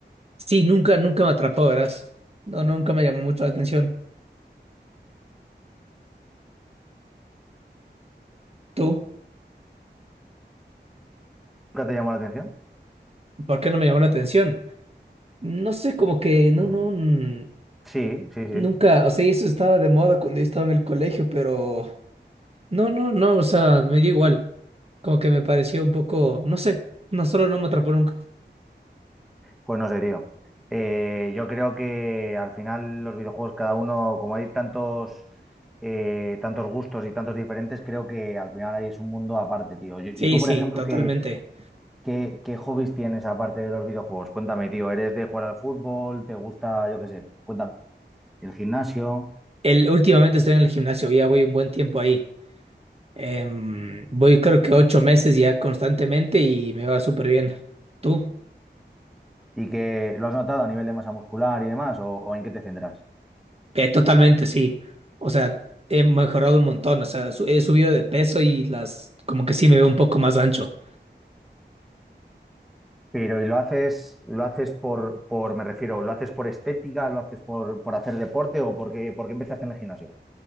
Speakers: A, on the right; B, in the centre.
A: Sí, nunca, nunca me atrapó, verás. No, nunca me llamó mucho la atención. ¿Tú?
B: ¿Nunca te llamó la atención?
A: ¿Por qué no me llamó la atención? No sé, como que no,
B: Mm,
A: no, mm,
B: Sí, sí, sí.
A: nunca, o sea, y eso estaba de moda cuando yo estaba en el colegio, pero no, no, no, o sea, me dio igual. Como que me pareció un poco, no sé, no solo no me atrapó nunca.
B: Pues no sé, tío. Eh, yo creo que al final los videojuegos, cada uno, como hay tantos, eh, tantos gustos y tantos diferentes, creo que al final ahí es un mundo aparte, tío. Yo-
A: Sí,
B: y tú,
A: sí,
B: por ejemplo,
A: totalmente.
B: ¿qué, qué, qué hobbies tienes aparte de los videojuegos? Cuéntame, tío. ¿Eres de jugar al fútbol? ¿Te gusta, yo qué sé? Cuéntame, el gimnasio
A: El, últimamente estoy en el gimnasio, ya voy un buen tiempo ahí. Em, voy creo que ocho meses ya constantemente y me va súper bien. ¿Tú?
B: y que lo has notado a nivel de masa muscular y demás, o, o en qué te centras?
A: Eh, totalmente, sí. O sea, he mejorado un montón. O sea, su- he subido de peso y las, como que sí me veo un poco más ancho.
B: Pero, ¿y lo haces, lo haces por, por, me refiero, lo haces por estética, lo haces por, por hacer deporte o porque, porque empezaste en el gimnasio?